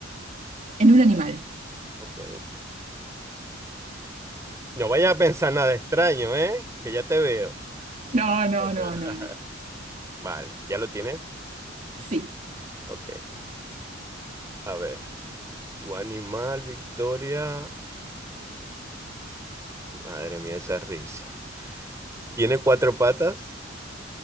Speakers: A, on the right (about 40°); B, on the right (about 15°).
A: en un animal.
B: Ok. No vayas a pensar nada extraño, ¿eh? Que ya te veo.
A: No, no,
B: <laughs>
A: no, no, no.
B: Vale, ¿ya lo tienes?
A: Sí,
B: Ok. A ver, tu animal, Victoria. Madre mía, esa risa. ¿Tiene cuatro patas?